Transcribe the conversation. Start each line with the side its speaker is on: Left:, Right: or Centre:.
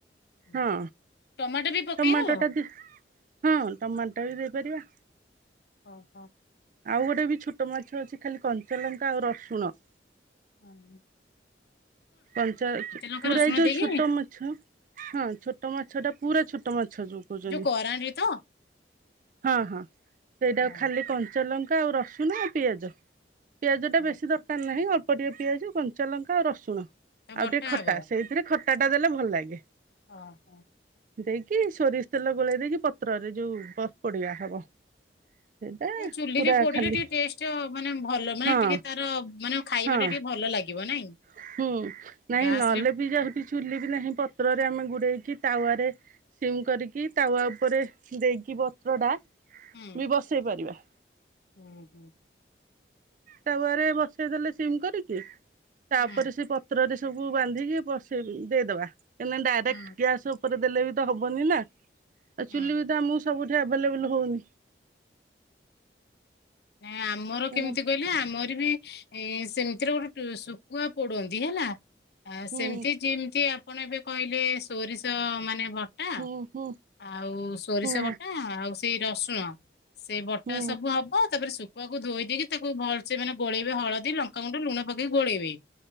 Left: କି
Right: ହଁ।
Left: ଟମାଟୋ ବି ପକେଇ
Right: ଟମାଟୋ
Left: ହବ।
Right: ଟା ଦି ହଁ ଟମାଟୋ ଟା ବି ଦେଇପାରିବା।
Left: ଓ ହୋ।
Right: ଆଉ ଗୋଟେ ବି ଛୋଟ ମାଛ ଅଛି ଖାଲି କଞ୍ଚାଲଙ୍କା ଆଉ ରସୁଣ
Left: ହଁ ହଁ।
Right: କଞ୍ଚା
Left: ଲଙ୍କା
Right: ପୁରା
Left: ରସୁଣ
Right: ଏ ଯୋଉ
Left: ଦେଇକି
Right: ଛୋଟ
Left: ହୁଁ
Right: ମାଛ ହଁ ଛୋଟ ମାଛଟା ପୁରା ଛୋଟ ମାଛ ଯୋଉ କୋଉଚନ୍ତି
Left: କରାଣ୍ଡି ତ
Right: ହଁ ହଁ। ସେଇଟାକୁ
Left: ହଁ
Right: ଖାଲି କଞ୍ଚାଲଙ୍କା ଆଉ ରସୁଣ ଆଉ ପିଆଜ ପିଆଜଟା
Left: ହଁ
Right: ବେଶୀ ଦର କାର ନାହିଁ ଅଳ୍ପ ଟିକେ ପିଆଜ କଞ୍ଚାଲଙ୍କା ଆଉ ରସୁଣ
Left: ତା
Right: ଆଉ
Left: ବଟା
Right: ଟିକେ ଖଟା
Left: ହବ
Right: ସେଇ ଥିରେ ଖଟା ଟା ଦେଲେ ଭଲ ଲାଗେ।
Left: ହଁ ହଁ।
Right: ଦେଇକି ସୋରିଷ ତେଲ ଗୋଳେଇ ଦେଇକି ପତ୍ରରେ ଯୋଉ ବରପଡିଆ ହବ। ସେଇଟା
Left: ଏ ଚୁଲିରେ
Right: ପୁରା
Left: ପୋଡିିଲେ
Right: ଖାଲି
Left: ଟିକେ ଟେଷ୍ଟ ମାନେ ଭଲ ମାନେ
Right: ହଁ
Left: ଟିକେ ତାର ମାନେ ଖାଇବା
Right: ହଁ
Left: ଟା ଟିକେ ଭଲ ଲାଗିବ ନାଇଁ?
Right: ହୁଁ ନାଇଁ
Left: ଗ୍ୟାସ
Right: ନ ହେଲେ
Left: ରେ
Right: ଚୁଲି ବି ନାହିଁ ପତ୍ରରେ ଆମେ ଗୁଡେଇକି ତାୱାରେ ସିମ୍ କରିକି ତାୱା ଉପରେ ଦେଇକି ବତ୍ରଟା
Left: ହୁଁ
Right: ବି ବସେଇ ପାରିବା।
Left: ହୁଁ ହୁଁ।
Right: ତାୱାରେ ବସେଇ ଦେଲେ ସିମ୍ କରିକି ତାପରେ
Left: ହୁଁ
Right: ସେ ପ ପତ୍ରରେ ସବୁ ବାନ୍ଧିକି ବସେଇ ଦେଇଦବା ଏ ମାନେ ଡାଇରେକ୍ଟ
Left: ହୁଁ
Right: ଗ୍ୟାସ୍ ଉ ଉପରେ ଦେଲେ ବି ତ ହବନି ନା ଆଉ
Left: ହୁଁ
Right: ଚୁଲି ବି ତ ଆମକୁ ସବୁଠି ଆଭେଲେବୁଲ ହଉନି।
Left: ନାଇଁ ଆମର
Right: କାହିଁକିନା
Left: କେମିତି କଇ ଆମର ବି ଏ ସେମିତିରେ ଗୋଟେ ଟୁ ଶୁଖୁଆ ପୋଡନ୍ତି ହେଲା। ଆ
Right: ହୁଁ
Left: ସେମିତି ଯେମିତି ଆପଣ ଏବେ କହିଲେ ସୋରିଷ ମାନେ ବ ଟା
Right: ହୁଁ ହୁଁ
Left: ଆଉ ସୋରିଷ
Right: ହୁଁ
Left: ବଟା ଆଉ ସେଇ ରସୁଣ ସେଇ ବଟା
Right: ହୁଁ
Left: ସବୁ ହବ ଯପରେ ଶୁ। ଶୁକୁଆକୁ ଧୋଇ ଦେଇକି ତାକୁ ଭଲସେ ମାନେ ଗୋଳେଇବେ ହଳଦୀ, ଲଙ୍କାଗୁଣ୍ଡ, ଲୁଣ ପକେଇ ଗୋଳେଇବେ।